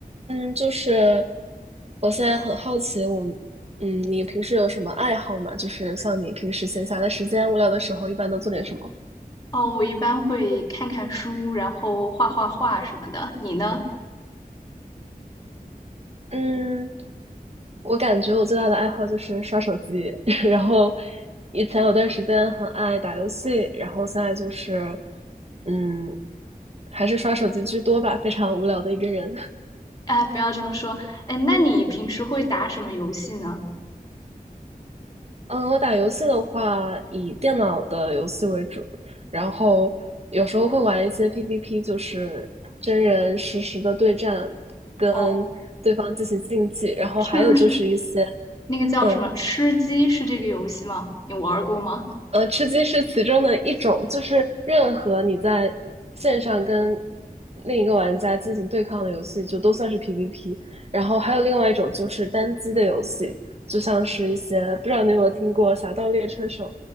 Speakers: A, on the right (about 40°); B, on the left (about 20°).
A: 嗯，就是我现在很好奇我，嗯，你平时有什么爱好吗？就是像你平时闲暇的时间、无聊的时候，一般都做点什么？
B: 哦，我一般会看看书，然后画画画什么的。你呢？
A: 嗯，我感觉我最大的爱好就是刷手机，<laughs> 然后以前有段时间很爱打游戏，然后现在就是嗯，还是刷手机居多吧，非常无聊的一个人。<laughs>
B: 哎，不要这么说。哎，那你平时会打什么游戏呢？
A: 嗯，我打游戏的话，以电脑的游戏为主，然后有时候会玩一些 PVP，就是真人实时的对战，跟对方进行竞技，
B: 哦，
A: 然后还有就是一些，
B: 是不是那个叫什么吃鸡？
A: 嗯，
B: 是这个游戏吗？你玩儿过吗？
A: 呃，吃鸡是其中的一种，就是任何你在线上跟另一个玩家进行对抗的游戏，就都算是 PVP。然后还有另外一种就是单机的游戏，就像是一些，不知道你有没有听过《侠盗猎车手》，